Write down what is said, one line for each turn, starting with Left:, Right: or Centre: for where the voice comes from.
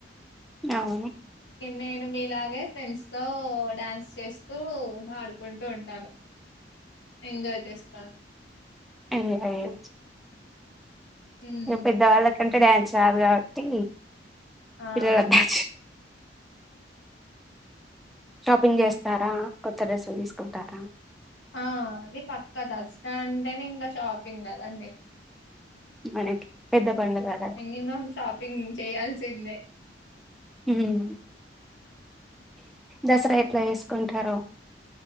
Centre: అవును
Left: నేను మీలాగే ఫ్రెండ్స్ తో డాన్స్ చేస్తూ ఆడుకుంటూ ఉంటాను ఎంజాయ్ చేస్తాను
Centre: <unintelligible>
Left: హ్మ్.
Centre: ఇగ పెద్దవాళ్ళకంటే డ్యాన్స్ రాదు కాబట్టి
Left: ఆ
Centre: పిల్లల బ్యాచ్ షాపింగ్ చేస్తారా కొత్త డ్రెస్సులు తీసుకుంటారా
Left: ఆ అది పక్క దసరా అంటేనే ఇంకా షాపింగ్ కదండి
Centre: మనకి పెద్ద పండుగ కదా
Left: మినిమం షాపింగ్ చేయాల్సిందే
Centre: ఉహ్ దసరా ఎట్లా చేసుకుంటారో